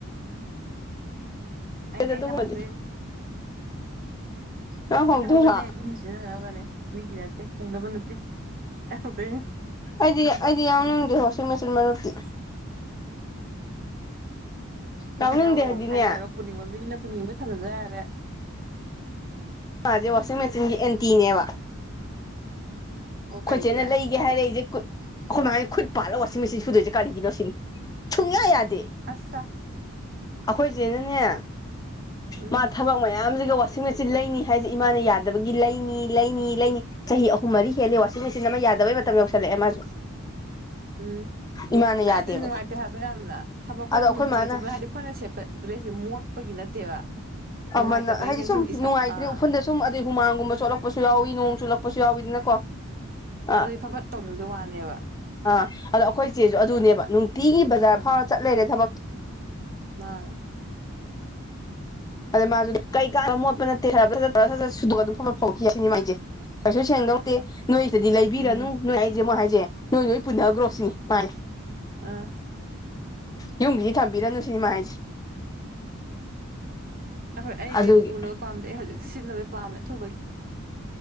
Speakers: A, on the right; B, on the left.
A: ꯑꯩ
B: ꯑꯗꯨꯒꯨꯝꯕꯗꯤ
A: ꯑꯩꯅ ꯍꯧꯗꯣꯏꯅꯦ
B: ꯅꯪ ꯍꯧꯗꯣꯏꯔꯣ
A: ꯑꯩꯅ ꯍꯧꯗꯣꯏꯅꯦ ꯑꯩ ꯁꯤꯖꯤꯟꯅꯅꯕꯅꯦ ꯃꯤꯒꯤ ꯅꯠꯇꯦ ꯄꯨꯅꯕ ꯅꯠꯇꯦ ꯌꯥꯗ
B: ꯑꯩꯗꯤ ꯑꯩꯗꯤ ꯌꯥꯎꯅꯤꯡꯗꯦ ꯋꯥꯁꯤꯡ ꯃꯦꯆꯤꯟ ꯃꯔꯨꯞꯇꯤ ꯌꯥꯎꯅꯤꯡꯗꯦ
A: ꯂꯤꯁꯤꯡ ꯑꯃꯃꯝ
B: ꯍꯥꯏꯗꯤꯅꯦ
A: ꯈꯥꯏꯅꯔꯒ ꯄꯨꯅꯤꯡꯕ ꯃꯤꯒꯤꯅ ꯄꯨꯅꯤꯡꯕ ꯊꯝꯖꯝꯕ ꯌꯥꯔꯦ
B: ꯃꯥꯁꯦ ꯋꯥꯁꯤꯡ ꯃꯦꯆꯤꯟꯒꯤ ꯑꯦꯟꯇꯤꯅꯦꯕ
A: ꯑꯣ ꯀꯩꯒꯤ
B: ꯈꯣꯏꯆꯦꯅ ꯂꯩꯒꯦ ꯍꯥꯏꯔꯛꯏꯁꯦ ꯀꯨꯢ ꯑꯩꯈꯣꯏ ꯃꯥꯥꯏꯅ ꯈꯨꯠ ꯄꯥꯜꯂꯒ ꯋꯥꯁꯤꯡ ꯃꯦꯆꯤꯟ ꯁꯨꯗꯣꯏꯁꯦ ꯀꯔꯤꯒꯤꯅꯣ ꯁꯤꯅꯤ ꯁꯨꯡꯌꯥ ꯌꯥꯗꯦ
A: ꯑꯁꯁꯥ
B: ꯑꯩꯈꯣꯏꯆꯦꯅꯅꯦ
A: ꯎꯝ
B: ꯃꯥ ꯊꯕꯛ ꯃꯌꯥꯝꯁꯤꯒ ꯋꯥ ꯁꯤꯡꯃꯦꯁꯤꯟ ꯂꯩꯅꯤ ꯍꯥꯏꯁꯦ ꯏꯃꯥꯅ ꯌꯥꯗꯕꯒꯤ ꯂꯩꯅꯤ ꯂꯩꯅꯤ ꯂꯩꯅꯤ ꯆꯍꯤ ꯑꯍꯨꯝ ꯃꯔꯤ ꯍꯦꯜꯂꯤ ꯋꯥꯁ ꯁꯤ ꯃꯆꯤꯟ ꯑꯃ ꯌꯥꯗꯕꯩ ꯃꯇꯝ ꯌꯧꯁꯤꯜꯂꯛꯑꯦ ꯃꯥꯁꯨ
A: ꯎꯝ
B: ꯏꯃꯥꯅ ꯌꯥꯗꯦꯕ
A: ꯍꯥꯏꯗꯨꯗꯤ ꯅꯨꯡꯉꯥꯏꯇꯦ ꯍꯥꯏꯕ ꯌꯥꯝꯅ ꯊꯕꯛ
B: ꯑꯗꯣ
A: ꯑꯩꯈꯣꯏ ꯅꯨꯡꯇꯤꯒꯤ
B: ꯃꯥꯅ
A: ꯆꯠꯄ ꯍꯥꯏꯗꯤ ꯑꯩꯈꯣꯏꯅ ꯁꯦꯠꯄ ꯗ꯭ꯔꯦꯁꯁꯦ ꯃꯣꯠꯄꯒꯤ ꯅꯠꯇꯦꯕ
B: ꯑꯃꯅ
A: ꯅꯨꯡꯉꯥꯏꯇꯕꯩꯅꯦꯕ
B: ꯍꯥꯏꯗꯤ ꯁꯨꯝ
A: ꯏꯁꯥ
B: ꯅꯨꯡꯉꯥꯏꯇ꯭ꯔꯦ
A: ꯑꯥ
B: ꯎꯐꯨꯟꯗ ꯁꯨꯝ ꯑꯗꯩ ꯍꯨꯃꯥꯡꯒꯨꯝꯕ ꯆꯣꯠꯂꯛꯄꯁꯨ ꯌꯥꯎꯏ ꯅꯣꯡ ꯆꯣꯠꯂꯛꯄꯁꯨ ꯌꯥꯎꯋꯤꯗꯅꯀꯣ <unintelligible>
A: ꯑꯗꯨꯗꯤ ꯐꯠ ꯐꯠ ꯇꯧꯅꯤꯡꯕꯣꯏ ꯋꯥꯅꯦꯕ
B: ꯑꯥ ꯑꯗꯣ ꯑꯩꯈꯣꯏ ꯆꯆꯦꯁꯨ ꯑꯗꯨꯅꯦꯕ ꯅꯨꯡꯇꯤꯒꯤ ꯕꯖꯥꯔ
A: ꯎꯝ
B: ꯐꯥꯎꯔ ꯆꯠ ꯂꯩꯔꯦ ꯊꯕꯛꯇ
A: ꯃꯥꯅꯦ
B: ꯑꯗꯩ ꯃꯥꯁꯨ ꯀꯩꯥꯟ ꯃꯣꯠꯄꯅꯠ ꯁꯨꯒ ꯑꯗꯨꯝ ꯐꯠꯄ ꯐꯥꯎꯈꯤ ꯁꯤꯅꯤꯃꯥꯏꯁꯦ ꯀꯩꯁꯨ ꯁꯦꯡꯗꯧꯗꯦ ꯅꯣꯏꯁꯤꯗꯤ ꯂꯩꯕꯤꯔꯅꯨ
A: ꯎꯝ
B: ꯅꯣꯏ ꯑꯩꯁꯦꯃꯨꯛ ꯍꯥꯏꯁꯦ ꯅꯣꯏ ꯅꯣꯏ ꯄꯨꯟꯅꯈ꯭ꯔꯣ ꯁꯤꯅꯤ ꯃꯥꯅꯦ
A: ꯑꯥ
B: ꯌꯨꯝꯒꯤꯗꯤ ꯊꯝꯕꯤꯔꯅꯨ ꯁꯤꯅꯤꯃꯥꯏꯁꯦ
A: ꯑꯩꯈꯣꯏ ꯑꯩꯗꯤ
B: ꯑꯗꯨꯒꯤ
A: ꯄꯨꯅꯕ ꯄꯥꯝꯗꯦ ꯑꯩ ꯍꯧꯖꯤꯛꯇꯤ ꯁꯤꯖꯤꯟꯅꯕꯩ ꯄꯥꯝꯃꯦ ꯑꯊꯨꯕꯒꯤ